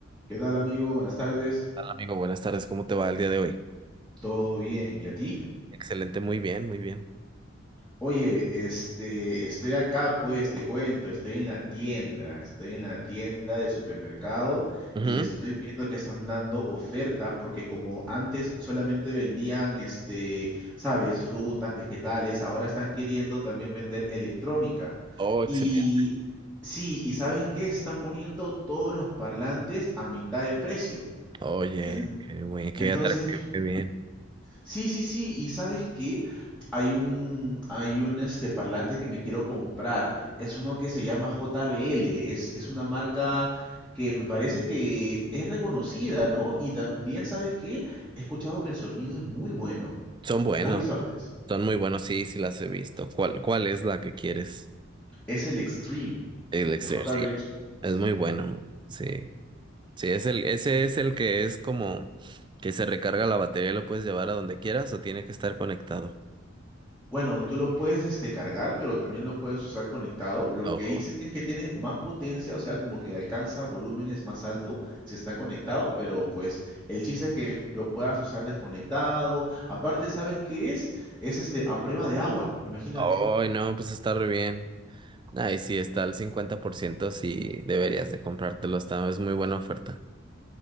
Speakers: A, in the centre; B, on the right.
A: ¿Qué tal, amigo? Buenas tardes.
B: Hola, amigo, buenas tardes. ¿Cómo te va el día de hoy?
A: ¿Todo bien? ¿Y a ti?
B: Excelente, muy bien, muy bien.
A: Oye, este, estoy acá, pues, te cuento, estoy en la tienda, estoy en la tienda de supermercado
B: Ujú.
A: y estoy viendo que están dando ofertas porque como antes solamente vendían, este, sabes, frutas, vegetales, ahora están queriendo también vender electrónica.
B: Oh, excelente.
A: Y sí, ¿y sabes qué? Están poniendo todos los parlantes a mitad de precio.
B: Oye,
A: En-
B: qué buen- qué
A: Entonces,
B: atractivo, qué bien.
A: Sí, sí, sí, y ¿sabes qué? Hay un, hay un este parlante que me quiero comprar. Es uno que se llama JBL. Es, es una marca que me parece que es reconocida, ¿no? Y también, ¿sabes qué? He escuchado que el sonido es muy bueno.
B: Son buenos,
A: ¿La has visto antes?
B: son muy buenos, sí, sí las he visto. ¿Cuál, cuál es la que quieres?
A: Es el Extreme,
B: El extreme,
A: el JBL
B: sí.
A: Extreme. sí.
B: Es muy bueno, sí. Sí, es el, ese es el que es como que se recarga la batería y lo puedes llevar a donde quieras o tiene que estar conectado.
A: Bueno, tú lo puedes este, cargar, pero también lo puedes usar conectado. Lo
B: Oh,
A: que dicen es que tiene más potencia, o sea, como que alcanza volúmenes más altos si está conectado, pero pues el chiste es que lo puedas usar desconectado. Aparte, ¿sabes qué es? Es este a prueba de agua, imagínate.
B: oh, no, pues está re bien. Ay, sí, está al cincuenta por ciento sí, deberías de comprártelo, está, es muy buena oferta.